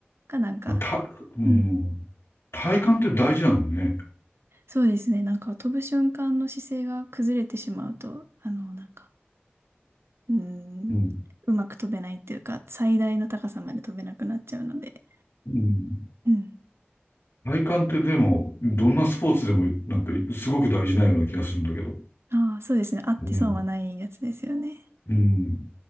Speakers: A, on the right (about 80°); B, on the left (about 85°).
A: かなんか、
B: た、うん。
A: うん。
B: 体幹って大事なのね。
A: そうですね。なんか飛ぶ瞬間の姿勢が崩れてしまうと、あの、なんか、うーん、
B: うん。
A: うまく飛べないっていうか、最大の高さまで飛べなくなっちゃうので。
B: うん。
A: うん。
B: 体幹ってでも、どんなスポーツでも、なんか、すごく大事なような気がするんだけど。
A: ああ、そうですね。あって損はないやつですよね。
B: うん。うん。